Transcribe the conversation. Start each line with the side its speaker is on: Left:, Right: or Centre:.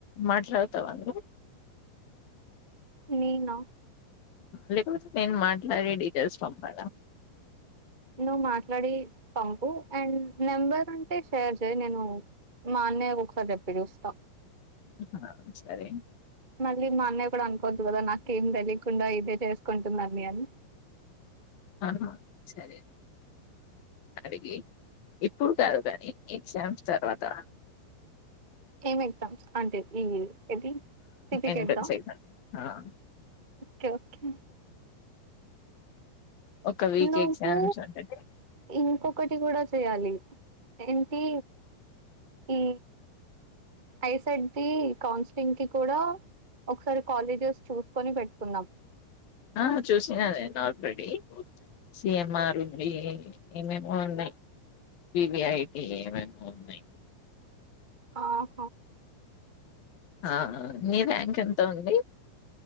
Left: మాట్లాడతావా నువ్
Right: నేన
Left: లేకపోతే నేను మాట్లాడి డీటెయిల్స్ పంపాలా
Right: నువ్వు మాట్లాడి పంపు అండ్ నెంబర్ ఉంటే షేర్ చేయి నేను మా అన్నయ్య ఒకసారి చెప్పి చూస్తా <inaudible>
Left: ఆ సరే
Right: మళ్ళీ మా అన్నయ్య కూడా అనుకోవద్దు కదా నాకేం తెలియకుండా ఇదే చేసుకుంటుందని అని
Left: ఆ సరే అడిగి ఇప్పుడు కాదు కాని ఎగ్జామ్స్ తర్వాత
Right: ఏం ఎగ్జామ్స్ అంటే ఈ ఏది సిఫిగేట్
Left: ఎంట్రన్స్
Right: దా
Left: ఎగ్జామ్
Right: కేకే
Left: ఒక వీక్
Right: నువ్వు
Left: ఎగ్జామ్స్ ఉంటాయి
Right: ఇంకొ ఒకటి కూడా చేయాలి ఏంటి ఈ ఐ సెట్ ది కౌన్సిలింగ్కి కూడా ఒకసారి కాలేజెస్ చూసుకొని పెట్టుకుందాం
Left: ఆ చూసినా నేను ఆల్రెడీ సిఎంఆర్ ఉన్నాయ్ ఏమేమో ఉన్నాయి పీవీఐటి ఏమేమో ఉన్నాయి
Right: ఆహ
Left: ఆ నీ ర్యాంక్ ఎంత ఉంది